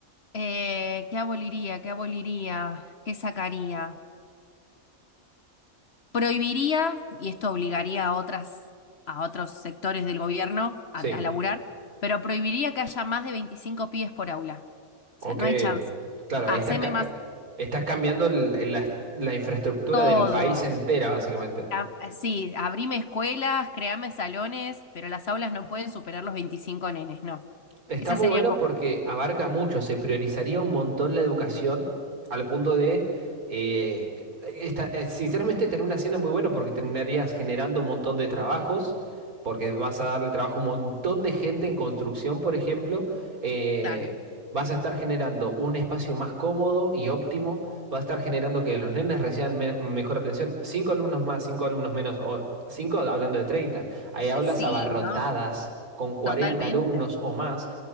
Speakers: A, on the left; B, on the right.
A: Eh, ¿qué aboliría? ¿Qué aboliría? ¿Qué sacaría? Prohibiría, y esto obligaría a otras, a otros sectores del gobierno a,
B: Sí.
A: a laburar, pero prohibiría que haya más de 25 pibes por aula.
B: Ok,
A: O sea, no hay chance.
B: claro,
A: Haceme
B: ahí estás, ca-
A: más
B: eh, estás cambiando el- el- la, la infraestructura
A: todo.
B: del país entera, básicamente.
A: Cam- Sí, abrime escuelas, creame salones, pero las aulas no pueden superar los 25 nenes, no.
B: Está
A: Esas
B: muy
A: serían
B: bueno
A: como,
B: porque abarca mucho, se priorizaría un montón la educación al punto de, eh, está- eh, sinceramente termina siendo muy bueno porque terminarías generando un montón de trabajos, porque vas a darle trabajo a un montón de gente en construcción, por ejemplo eh,
A: claro.
B: vas a estar generando un espacio más cómodo y óptimo, vas a estar generando que los nenes reciban me- mejor atención. Cinco alumnos más, cinco alumnos menos, o cinco hablando de treinta, Hay aulas
A: Sí,
B: abarrotadas
A: ¿no?
B: con cuarenta
A: Totalmente.
B: alumnos o más